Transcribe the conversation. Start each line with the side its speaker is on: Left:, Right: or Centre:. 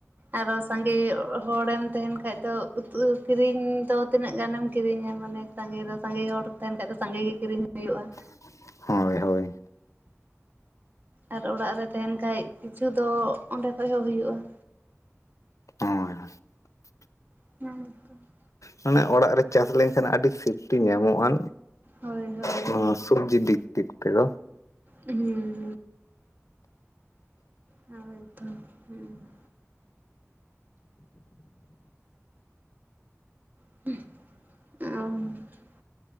Right: ᱟᱨᱚ ᱥᱟᱸᱜᱮ ᱦᱚᱲᱮᱢ ᱛᱟᱦᱮᱱ ᱠᱷᱟᱡ ᱫᱚ ᱩᱛᱩ ᱠᱤᱨᱤᱧ ᱫᱚ ᱾ ᱛᱤᱱᱟᱹᱜ ᱜᱟᱱᱮᱢ ᱠᱤᱨᱤᱧᱟ ᱢᱟᱱᱮ ᱥᱟᱸᱜᱮ ᱫᱚ ᱥᱟᱸᱜᱮ ᱦᱚᱲ ᱛᱟᱦᱮᱱ ᱠᱷᱟᱡ ᱫᱚ ᱥᱟᱸᱜᱮ ᱜᱮ ᱠᱤᱨᱤᱧ ᱦᱩᱭᱩᱜᱼᱟ ᱾
Left: <inaudible> ᱦᱳᱭ ᱦᱳᱭ ᱾
Right: ᱟᱨ ᱚᱲᱟᱜ ᱨᱮ ᱛᱟᱦᱮᱱ ᱠᱷᱟᱡ ᱠᱤᱪᱷᱩ ᱫᱚ ᱚᱸᱰᱮ ᱠᱷᱚᱡ ᱦᱚᱸ ᱦᱩᱭᱩᱜᱼᱟ ᱾
Left: <inaudible>
Right: <unintelligible>
Left: ᱢᱟᱱᱮ ᱚᱲᱟᱜ ᱨᱮ ᱪᱟᱥ ᱞᱮᱱᱠᱷᱟᱱ ᱟᱹᱰᱤ ᱥᱤᱯᱴᱤ ᱧᱟᱢᱚᱜ ᱟᱱ
Right: ᱦᱳᱭ ᱦᱳᱭ
Left: <unintelligible>
Right: ᱦᱩᱸ
Left: ᱥᱩᱛ ᱡᱤ ᱫᱤᱠ ᱫᱤᱠ ᱯᱮᱫᱚ ᱾
Right: ᱦᱩᱸ ᱦᱳᱭ ᱛᱚ ᱦᱩᱸ ᱾ <inaudible>